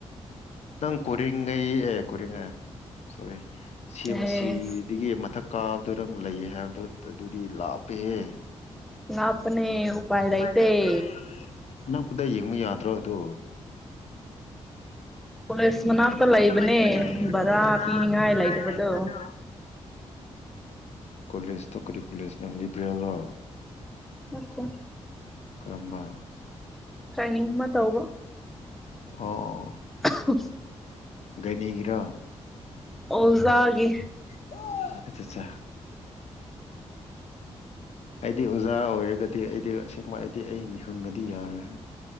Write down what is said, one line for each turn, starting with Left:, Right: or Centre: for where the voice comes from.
Left: ꯅꯪ ꯀꯣꯔ‌ꯦꯡꯒꯩ ꯑꯦ ꯀꯣꯔ‌ꯦꯡꯒꯩ ꯁꯣꯔꯤ ꯁꯤ ꯑꯦꯝ
Centre: ꯑꯩ
Left: ꯁꯤ ꯗꯒꯤ ꯃꯊꯛ ꯀꯥꯕꯗꯣ ꯅꯪ ꯂꯩꯌꯦ ꯍꯥꯏꯕꯗꯣ ꯑꯗꯨꯗꯤ ꯂꯥꯞꯄꯦꯍꯦ
Centre: ꯂꯥꯞꯄꯅꯦ ꯎꯄꯥꯥꯏ
Left: ꯎꯄꯥꯏ
Centre: ꯂꯩꯇ‌ꯦ
Left: ꯂꯩꯇꯦ ꯑꯅꯛꯄꯗ ꯌꯦꯡꯕ ꯌꯥꯗ꯭ꯔꯣ ꯑꯗꯣ
Centre: ꯀꯣꯂꯦꯖ ꯃꯅꯥꯛꯇ
Left: ꯇ ꯂꯩꯕꯅꯦ
Centre: ꯚꯔꯥ
Left: ꯕꯔꯥ ꯄꯤꯅꯤꯡꯉꯥꯏ
Centre: ꯂꯩꯇꯕꯗꯣ
Left: ꯂꯩꯕꯗꯣ ꯀꯣꯂꯦꯖ ꯇ‌ꯣ ꯀꯔꯤ ꯀꯣꯂꯦꯖꯅ‌ꯣ ꯂꯤꯕꯔꯦꯜ ꯔꯣ
Centre: ꯅꯠꯇ‌ꯦ
Left: ꯀꯔꯝꯕ
Centre: ꯇ꯭ꯔꯦꯅꯤꯡ ꯑꯃ ꯇꯧꯕ
Left: ꯑꯣꯑꯣ
Centre: <inaudible>
Left: ꯒꯥꯏꯅꯤꯒꯤꯔ‌ꯣ
Centre: ꯑꯣꯖꯥꯒꯤ
Left: ꯍ‌ꯣ ꯑꯠꯆꯥ ꯆꯥ ꯑꯩꯗꯤ ꯑꯣꯖꯥ ꯑꯣꯏꯔꯒꯗꯤ ꯑꯩꯗꯤ ꯑꯁꯦꯡꯕ ꯑꯩꯗꯤ ꯑꯩ ꯃꯤꯍꯨꯟꯒꯗꯤ ꯌꯥꯔꯣꯏꯍ‌ꯦ